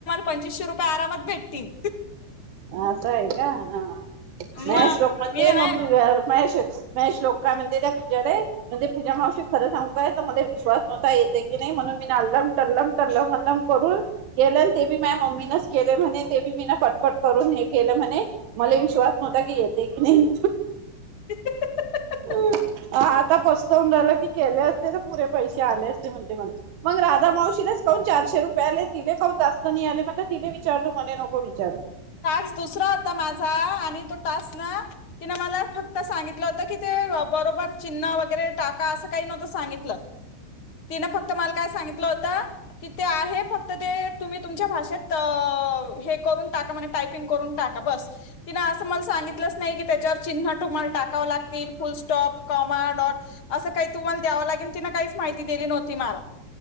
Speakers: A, on the left; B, on the right.
A: पं रुपये आरामात भेटतील
B: असं आहे का हा. मशोक
A: मग
B: मण
A: मी
B: ते
A: ना
B: मम्मी महेश म श्लोक म्हणजे त्या पूज्याला म्हणे पूज्या मावशी खरं सांग काय मला विश्वास नव्हता येते की नाही म्हणून मी ना अल्लम टल्लम टल्लम अल्लम करून केलं ते बी माझ मम्मीनच केले म्हणे ते बी मी ना पट पट करून हे केलं म्हणे मला विश्वास नव्हता की येते की नाही.
A: टास्क
B: ह. आता पस्तवन राईलोकी केले असते ना पुरे पैसे आले असते म्हणते मला मग माऊशी ला कान चारशे रुपयाले? तिले खऊप जास्त नाही आले म्हण तिला विचारतो मले नको विचारू.
A: टास्क दुसरा होता माझा आणि तो टास्क ना तिने मला फक्त सांगितलं होतं की ते बरोबर. चिन्न वगैरे टाका असं तिने काई नवत सांगीतल. तिन फक्त मला काय सांगितलं होत, की ते आहे फक्त ते तुम्ही तुमच्या भाषेत हे करून तिन मला म्हे टाइपिंग करूण टाका बस. तिन असं मला सांगितल नाही की, त्याच्यावर चिन्ह तुम्हाला टाकाव लागतील फुल स्टॉप कॉमा डॉट अस काय तुम्हाला द्याव लागेल तिने काईच माहिती दिली नव्हती मला.